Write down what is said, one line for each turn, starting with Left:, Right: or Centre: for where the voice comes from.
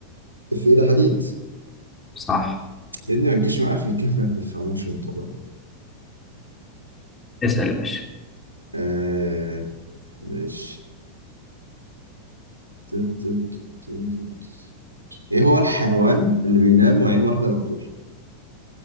Right: في ده حديد
Left: صح
Right: يا ابني ما تجيش معايا في الكفن في الفاموشن طبعا
Left: اسأل يا باشا
Right: آه ماشي تت- تت- تت- تت- ايه هو الحيوان اللي بينام وعين واحدة مفتوحة؟